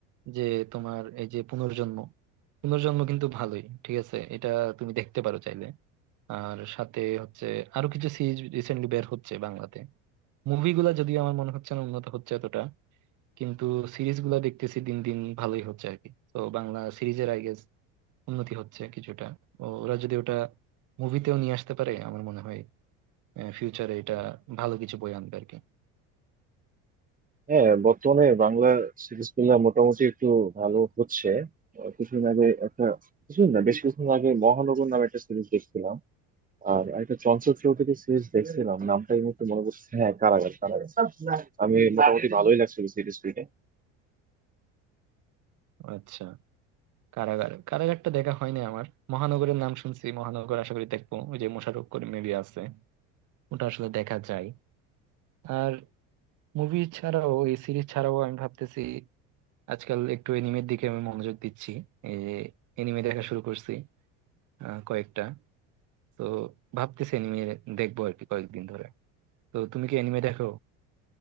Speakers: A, on the right; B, on the right.
A: যে তোমার এই যে পুনর্জন্ম পুনর্জন্ম কিন্তু ভালোই ঠিক আছে এটা তুমি দেখতে পারো চাইলে আর সাথে হচ্ছে আরো কিছু সিরিজ রিসেন্টলি বের হচ্ছে বাংলাতে মুভিগুলা যদিও আমার মনে হচ্ছে না উন্নত হচ্ছে এতটা কিন্তু সিরিজ গুলা দেখতেছি দিন দিন ভালোই হচ্ছে আর কি তো বাংলা সিরিজের আই গেস উন্নতি হচ্ছে কিছুটা ও ওরা যদি ওটা মুভিতেও নিয়ে আসতে পারে আমার মনে হয় ফিউচারে এটা ভালো কিছু বই আনবে আর কি
B: হ্যাঁ বর্তমানে বাংলা সিরিজ গুলা মোটামুটি একটু ভালো হচ্ছে আহ, কিছুদিন আগে একটা কিছুদিন না বেশ কিছুদিন আগে মহানগর নামে একটা সিরিজ দেখছিলাম আর একটা চঞ্চল চৌধুরী সিরিজ দেখছিলাম নামটা এই মুহূর্তে মনে পড়ছে হ্যাঁ কারাগার কারাগার আমি মোটামুটি ভালোই লাগছিল সিরিজ দুইটা
A: আচ্ছা কারাগার কারাগারটা দেখা হয়নি আমার মহানগরের নাম শুনছি মহানগর আশা করি দেখবো ওই যে মোশাররফ করিম মুভি আছে ওটা আসলে দেখা যায় আর মুভি ছাড়াও এই সিরিজ ছাড়াও আমি ভাবতেছি আজকাল একটু এনিমের দিকে আমি মনোযোগ দিচ্ছি এই যে এনিমে দেখা শুরু করছি আহ, কয়েকটা তো ভাবতেছি এনিমে দেখবো আর কি কয়েকদিন ধরে তো তুমি কি এনিমে দেখো